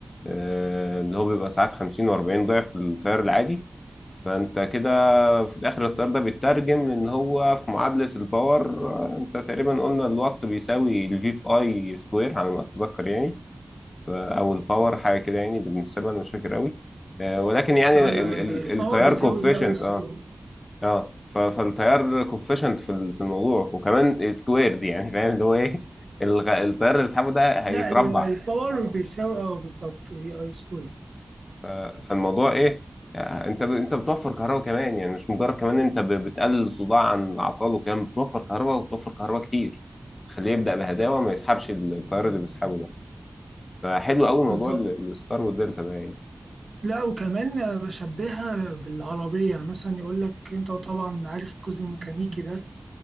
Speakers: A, on the left; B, on the right.
A: آه، اللي هو بيبقى ساعات 50 و40 ضعف التيار العادي فانت كده في الاخر التيار ده بيترجم لان هو في معادلة الباور آه، انت تقريبا قلنا الوات بيساوي الفي في اي سكوير على ما اتذكر يعني ف- او الباور حاجة كده يعني اللي بنحسبها انا مش فاكر قوي آه، ولكن يعني
B: ايوه
A: ال-
B: أيوة،
A: ال-
B: الباور
A: التيار
B: بتساوي
A: كوفيشنت
B: في اي سكوير
A: اه اه ف- فالتيار كوفيشنت في ال- في الموضوع وكمان سكوير دي يعني فاهم اللي هو ايه الغ- التيار اللي سحبه ده هيتربع
B: لا ال- الباور بيساوي اه بالظبط في اي سكوير
A: ف- فالموضوع ايه يعني انت ب... انت بتوفر كهرباء كمان يعني مش مجرد كمان انت ب... بتقلل صداع عن الاعطال وكمان بتوفر كهرباء وبتوفر كهرباء كتير خليه يبدأ بهداوة ما يسحبش التيار اللي بيسحبه ده فحلو قوي موضوع
B: بالظبط
A: ال- الستار والدلتا ده يعني
B: لا وكمان بشبهها بالعربية مثلا يقول لك انت طبعا عارف الجزء الميكانيكي ده